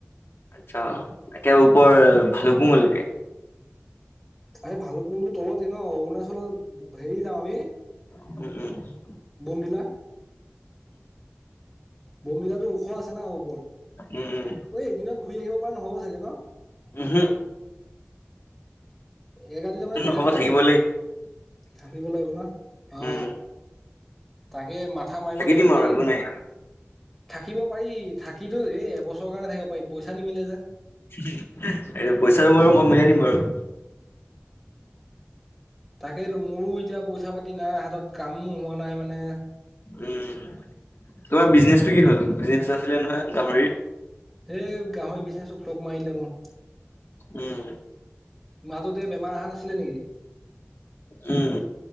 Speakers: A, on the left; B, in the centre.
A: আচ্ছা একেবাৰে ওপৰ ভাল কুঙলৈকে?
B: আ ভালুপুংটো তলতে ন অৰুণাচলত হেৰি যাম আমি।
A: উম উম
B: বমডিলা বমিডিলাটো ওখ আছে না ওপৰত
A: উম উম উম
B: কঐ এদিনত ঘুৰি আহিব পৰা নহ'ব চাগে ন
A: উহো
B: এক ৰাতি টাতে মানে তাতে
A: হ'ব
B: কটাব
A: থাকিব
B: লাগিব থাকিব লাগিব ন অ
A: উম
B: তাকে মাথা মাৰিব
A: থাকি
B: লাগিব
A: দিম
B: পৰি
A: আৰু একো নাই
B: থাকিব পাৰি থাকিতো দেই এবছৰৰ কাৰণে থাকিব পাৰি পইচা নিমিলে যে
A: এয়া পইচাটো বাৰু মই মিলাই দিম বাৰু
B: তাকেইতো মোৰো এতিয়া পইচা পাতি নাই হাতত কামো হোৱা নাই মানে
A: উম তোমাৰ বিজনেচটো কি হ'ল বিজনেচ আছিলে নহয় গাহৰি
B: সেই গাহৰি বিচাৰ চো ফোক মাৰিলে মোক
A: উম
B: মাজতে বেমাৰ অহা নাছিলে নেকি
A: উম